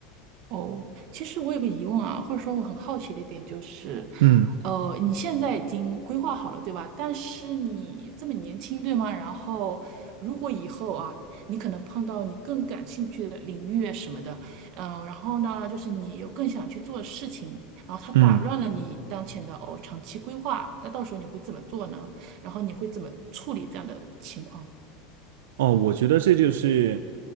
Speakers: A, on the right; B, on the right.
A: 哦，其实我有个疑问啊，或者说我很好奇的一点就是，
B: 嗯
A: 呃，你现在已经规划好了，对吧？但是你这么年轻，对吗？然后如果以后啊，你可能碰到你更感兴趣的领域啊什么的，嗯、然后呢，就是你有更想去做的事情，然后它打乱了你当前的哦长期规划，
B: 嗯。
A: 那到时候你会怎么做呢？然后你会怎么处理这样的情况？
B: 哦，我觉得这就是